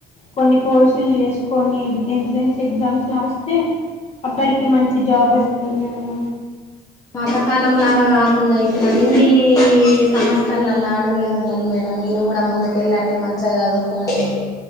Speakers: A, on the left; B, on the left.
A: కొన్ని కోర్సులు చేసుకొని ఎంట్రన్స్ ఎగ్జామ్స్ రాస్తే అప్పటికి మంచి జాబ్ వస్తుంది మేడమ్
B: పాతకాలం లాగా కాకుండా ఇప్పుడు అన్నిీ సంస్యలల్లో ఆడలే ఉన్నారు మేడం మీరు కూడా ముందుక వెళ్ళండి మంచిగా చదువుకోండి